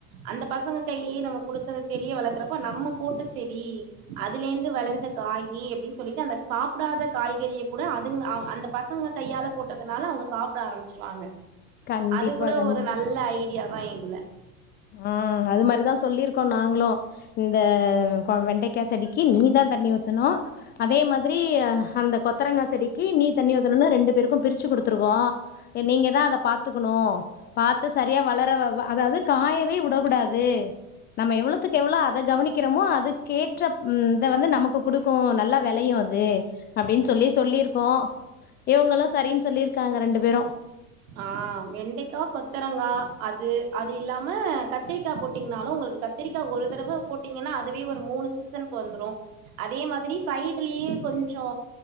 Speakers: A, on the right (about 65°); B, on the left (about 25°).
A: அந்த பசங்க கையிலியே நம்ம குடுத்த அந்த செடிய வளர்க்குறப்ப நம்ம போட்ட செடி அதுலேந்து வெளஞ்ச காயி அப்டின் சொல்லிட்டு அந்த சாப்டாத காய்கறிய கூட அதுங்க அந்த பசங்க கையால போட்டதுனால அவுங்க சாப்ட ஆரம்பிச்சிருவாங்க
B: கண்டிப்பா
A: அது கூட
B: கண்டிப்பா
A: ஒரு நல்ல ஐ டியாதா இதுல
B: ஆ அது மாரிதா சொல்லிருக்கோ நாங்ளு இந்த வெண்டைக்கா செடிக்கி நீ தா தண்ணி ஊத்தனு அதே மாதிரி அந்த கொத்தரங்கா செடிக்கி நீ தண்ணி ஊத்தணுன்னு ரெண்டு பேருக்கு பிரிச்சு குடுத்துருக்கோ போ நீங்க தா அத பாத்துக்குணு பாத்து சரியா வளர அதாவுது காயவே வுடக்கூடாது நம்ம எவ்ளோவுத்துக்கு எவ்ளோ அத கவனிக்கிறோமோ அதுக்கேற்ற ம் இத வந்து நமக்கு குடுக்கு நல்லா வெலையு அ து அப்டின் சொல்லி சொல்லிருக்கோ இவுங்களு சரின் சொல்லிருக்காங்க ரெண்டு பேரு
A: ஆ வெண்டைக்கா கொத்தரங்கா அது அது இல்லாம கத்திரிக்கா போட்டீங்னாலு உங்களுக்கு க த்திரிக்கா ஒரு தடவ போட்டீங்கன்னா அதுவே ஒரு மூணு சீசனுக்வந்துரு அதே மாதிரி சைடுலியே கொஞ்சோ